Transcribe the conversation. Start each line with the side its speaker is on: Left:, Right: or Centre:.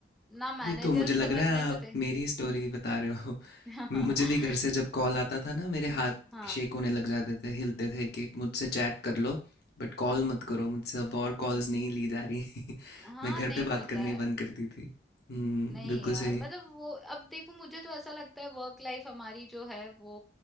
Centre: ना मैनेजर
Left: ये तो मुझे लग
Centre: समझने
Left: रहा है
Centre: को
Left: आप
Centre: थे
Left: मेरी स्टोरी बता रहे हो।
Centre: <laughs>
Left: मु मुझे भी घर से जब कॉल आता था ना, मेरे हाथ
Centre: हाँ
Left: शेक होने लग जाते थे, हिलते थे कि मुझसे चैट कर लो, बट कॉल मत करो मुझसे अब और कॉल्स नहीं ली जा रही। <laughs>
Centre: हाँ
Left: मैं घर
Centre: नहीं
Left: पे
Centre: होता
Left: बात करनी
Centre: है
Left: बंद कर दी थी। हुँ,
Centre: नहीं
Left: बिल्कुल
Centre: यार
Left: सही।
Centre: मतलब वो अब देखो मुझे तो ऐसा लगता है वर्क लाइफ हमारी जो है वो